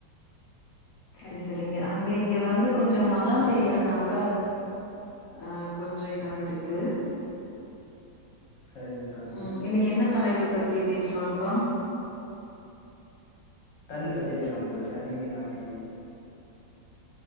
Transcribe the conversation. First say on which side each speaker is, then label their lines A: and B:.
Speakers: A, on the left (about 65°); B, on the left (about 50°).
A: சரி சரிங்க அங்க இங்க வந்து கொஞ்சு மழம் பெயறனால ஆ கொஞ்சு இதா இருக்கு
B: சரிங்க தோழி
A: உம் இன்னைக்கு என்ன தலைப்பு பத்தி பேசலாம்ப்பா
B: தண்ணி பத்தி பேசலாம் தோளி தண்ணீரின் அவசியம்